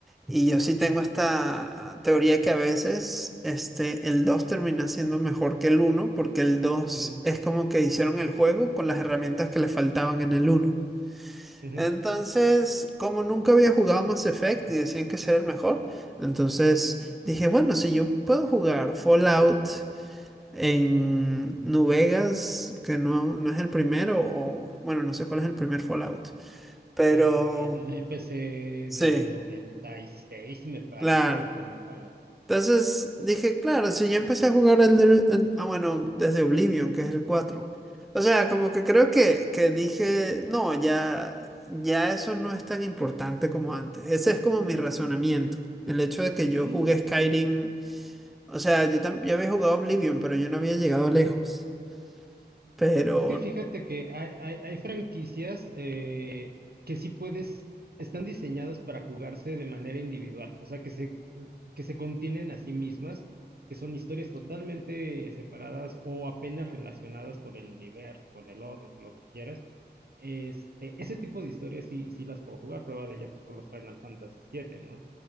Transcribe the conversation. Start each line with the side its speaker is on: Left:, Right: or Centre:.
Centre: Y yo sí tengo esta teoría que a veces este, el 2 termina siendo mejor que el uno porque el dos
Right: ujú,
Centre: es como que hicieron el juego con las herramientas que le faltaban en el uno
Right: ujú.
Centre: Entonces, como nunca había jugado Mass Effect y decían que ese era el mejor, entonces dije, bueno, si yo puedo jugar Fallout en New Vegas, que no, no es el primero, o bueno, no sé cuál es el primer Fallout. Pero
Right: Ah, el de PC
Centre: sí,
Right: del 96, me parece,
Centre: claro.
Right: es el primer Fallout.
Centre: Entonces dije, claro, si yo empecé a jugar el ah, bueno, desde Oblivion, que es el cuatro O sea, como que creo que, que dije, no, ya, ya eso no es tan importante como antes. Ese es como mi razonamiento. El hecho de que yo
Right: Ajá.
Centre: jugué Skyrim, o sea, yo, tam- yo había jugado Oblivion, pero yo no había llegado lejos. Pero
Right: Es que fíjate que hay, hay- hay franquicias eh, que sí puedes, están diseñadas para jugarse de manera individual, o sea, que se, que se contienen a sí mismas, que son historias totalmente separadas o apenas relacionadas con el universo, con el oro, con lo que quieras. Este, ese tipo de historias sí, sí las puedo jugar, prueba de ella pues, son los Final Fantasy siete, ¿no?